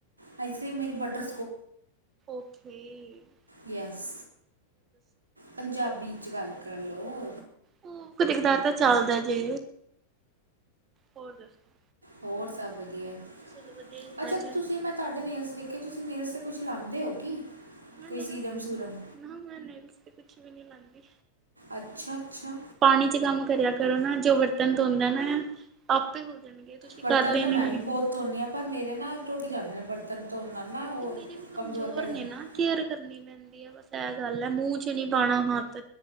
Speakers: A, on the right; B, on the right.
A: ਆਈਸਕ੍ਰੀਮ ਮੇਰੀ ਬਟਰ
B: ਥੀ
A: ਯਸ ਪੰਜਾਬੀ ਚ ਗੱਲ ਹੈਲੋ
B: ਉਹ ਕਦੇ ਕਦਾਰ ਤਾਂ ਚੱਲਦਾ ਜੇ। ਹੋਰ ਦੱਸੋ?
A: ਹੋਰ ਸਭ ਵਧੀਆ।
B: ਚਲੋ ਵਧੀਆ ਹੀ ਹੋਣਾ
A: ਅੱਛਾ
B: ਚਾਹੀਦਾ
A: ਤੁਸੀਂ ਮੈਂ ਤੁਹਾਡੇ ਨੇਲਸ ਦੇਖੇ ਤੁਸੀਂ ਨੈਲਸ ਤੇ ਕੁੱਛ ਲਾਦੇ ਹੋ ਕੀ ਕੋਈ
B: ਨੈਲਸ
A: ਸੀਰਮ ਸੂਰਮ
B: ਨਾ ਮੈ, ਨੈਲਸ ਤੇ ਕੁਛ ਵੀ ਨਹੀਂ ਲਾਉਂਦੀ
A: ਅੱਛਾ ਅੱਛਾ
B: ਪਾਣੀ ਚ ਕੰਮ ਕਰਿਆ। ਕਰੋ ਨਾ ਜੋ ਬਰਤਨ ਧੋਂਂਦਾ ਨਾ ਆਪੇ ਜਾਣਗੇ ਤੁਸੀਂ
A: ਬਰਤਨ
B: ਕਰਦੇ
A: ਤਾਂ
B: ਨੀ
A: ਮੈਂ
B: ਤੇ
A: ਵੀ ਬਹੁਤ ਧੋਦੀ ਹਾਂ ਪਰ ਮੇਰੇ ਨਾ ਟੁੱਟ ਜਾਂਦੇ ਨੇਲ ਬਰਤਨ ਧੋਨ ਨਾਲ। ਨਾ ਉਹ
B: ਮੇਰੇ ਵੀ ਕਮਜ਼ੋਰ
A: ਪੈ ਜਾਂਦੇ
B: ਨੇ ਨਾ ਕੇਅਰ ਕਰਨੀ ਪੈਂਦੀ ਹੈ, ਬਸ। ਤ ਗੱਲ ਹੈ ਮੂੰਹ ਚ ਨੀ ਪਾਉਣਾ ਹੱਥ